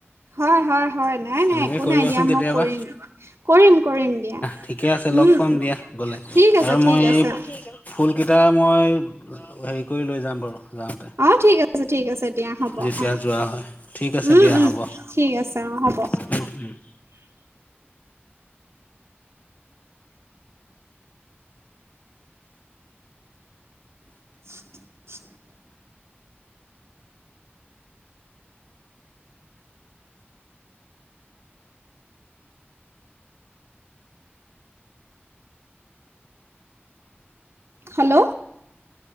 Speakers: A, on the right; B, on the left.
A: হয়, হয়, হয়, নাই।
B: এনেকে
A: নাই একো
B: কৰিবাচোন
A: নাই দিয়া
B: কেতিয়াবা
A: মই কৰিম। কৰিম কৰিম দিয়া।
B: ঠিকে আছে লগ
A: উম।
B: পাম দিয়া গ'লে
A: ঠিক আছে
B: আৰু
A: ঠিক
B: মই
A: আছে।
B: এই ফুল কেইটা মই হেৰি কৰি লৈ যাম বাৰু। যাওঁতে,
A: অ ঠিক আছে ঠিক আছে দিয়া হ'ব
B: যেতিয়া
A: অ
B: যোৱা হয়। ঠিক আছে
A: উম
B: দিয়া
A: উম
B: হ'ব।
A: ঠিক আছে অ হ'ব
B: <unintelligible>
A: <inaudible> হেল্ল'।